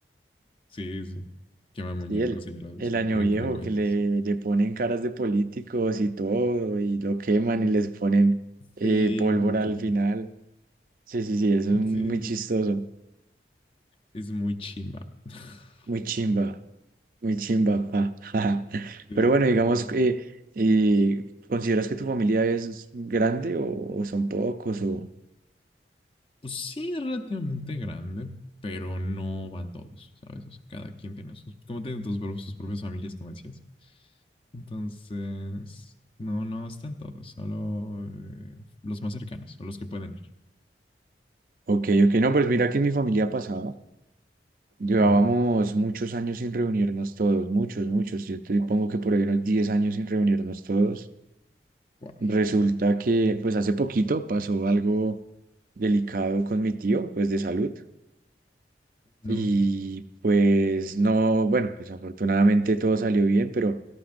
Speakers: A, on the left; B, on the right.
A: Sí, sí. Queman muñecos
B: Sí, el,
A: y los,
B: el
A: los
B: año
A: ponen
B: viejo
A: con cohetes.
B: que le, le ponen caras de políticos y todo, y lo queman y les ponen eh,
A: Sí,
B: pólvora
A: un poquito.
B: al final. Sí, sí, sí, eso es muy
A: Sí,
B: chistoso,
A: sí. Es muy chimba. <laughs>
B: muy chimba, muy chimba, pa. <laughs>
A: Sí,
B: Pero bueno,
A: sí,
B: digamos,
A: sí.
B: que, eh, ¿consideras que tu familia es grande o, o son pocos? O,
A: Pues sí, es relativamente grande, pero no van todos, ¿sabes? O sea, cada quien tiene sus, como tiene tus, pro- sus propias familias, como decías. Entonces, no, no están todos, solo eh, los más cercanos o los que pueden ir.
B: ok, ok, no, pues mira que en mi familia pasaba. Llevábamos
A: Ajá.
B: muchos años sin reunirnos todos, muchos, muchos. Yo te pongo que por ahí unos 10 años sin reunirnos todos.
A: Wow.
B: Resulta que, pues hace poquito pasó algo delicado con mi tío, pues de salud.
A: No.
B: Y pues no, bueno, pues afortunadamente todo salió bien, pero